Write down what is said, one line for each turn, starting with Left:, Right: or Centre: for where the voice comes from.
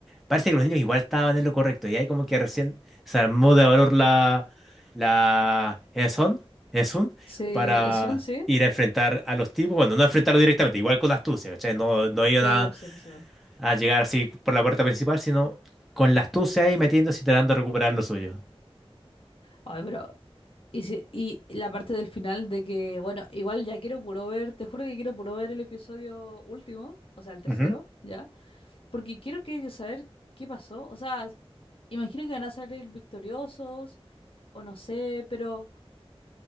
Centre: Parece que los niños igual estaban en lo correcto. Y ahí como que recién se armó de valor la... la... ¿Es un?
Left: sí,
Centre: para
Left: es 11,
Centre: ir a enfrentar a los tipos. Bueno, no enfrentarlos directamente, igual con la astucia, ¿cachai? No, no iban
Left: Sí,
Centre: a,
Left: o sea, pues sí. po.
Centre: a llegar así por la puerta principal, sino con la astucia ahí metiéndose y tratando de recuperar lo suyo.
Left: Ay, pero. Y, si- y la parte del final de que, bueno, igual ya quiero puro ver, te juro que quiero puro ver el episodio último, o sea, el tercero,
Centre: Ujú,
Left: ya, porque quiero que saber qué pasó. O sea, imagino que van a salir victoriosos, o no sé, pero.